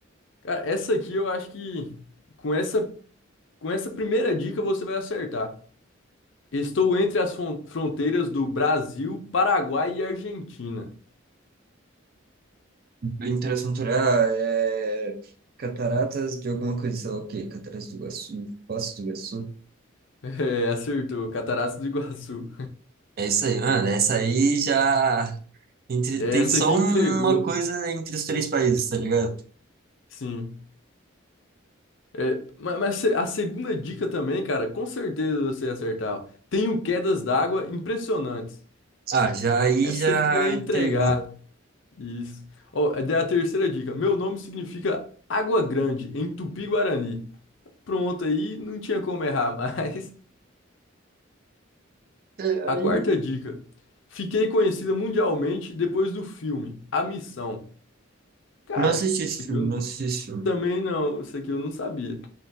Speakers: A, on the left; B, on the right.
A: Cara, essa aqui eu acho que com essa, com essa primeira dica você vai acertar. Estou entre as fron- fronteiras do Brasil, Paraguai e Argentina. <laughs>
B: Interação cultural é cataratas de alguma coisa, sei lá o quê? Cataratas do Iguaçu, Foz do Iguaçu.
A: É, acertou. Cataratas do Iguaçu.
B: É isso aí, mano. Essa aí já
A: <laughs>
B: entre-
A: Essa
B: tem só
A: aqui entregou,
B: um- uma coisa entre os três países, tá ligado?
A: sim. É, ma- mas, se- a segunda dica também, cara, com certeza você ia acertar. ó. Tenho quedas d'água impressionantes.
B: Ah, já aí
A: Essa
B: já
A: aqui já ia
B: entregou.
A: entregar. Isso. Ó, é da- a terceira dica. Meu nome significa água grande em Tupi-Guarani. Pronto, aí não tinha como errar <laughs> mais.
B: É,
A: A
B: aí
A: quarta dica. Fiquei conhecida mundialmente depois do filme A Missão. Cara,
B: não assisti
A: essa
B: esse
A: aqui
B: filme,
A: eu
B: não assisti esse filme.
A: também não, essa aqui eu não sabia.